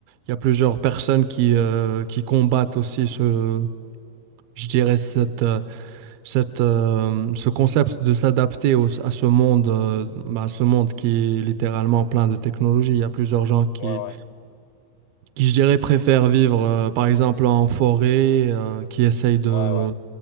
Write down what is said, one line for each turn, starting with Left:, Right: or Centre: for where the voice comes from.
Right: il y a plusieurs personnes qui, euh, qui combattent aussi ce, je dirais, cette, euh, cette, euh, ce concept de s'adapter au- à ce monde, euh, bah, ce monde qui est littéralement plein de technologies. Il y a plusieurs gens qui,
Left: Ouais, ouais.
Right: qui, je dirais, préfèrent vivre, euh, par exemple, en forêt, euh, qui essayent de,
Left: Ouais, ouais.